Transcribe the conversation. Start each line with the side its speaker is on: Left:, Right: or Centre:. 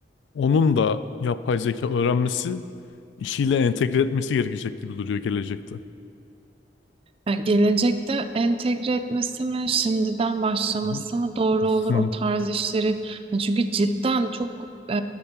Left: Onun da yapay zeka öğrenmesi işiyle entegre etmesi gerekecek gibi duruyor gelecekte.
Right: Yani gelecekte entegre etmesi mi, şimdiden başlaması
Left: Hı
Right: mı doğru olur
Left: hı
Right: o tarz işleri? Yani Çünkü cidden çok e,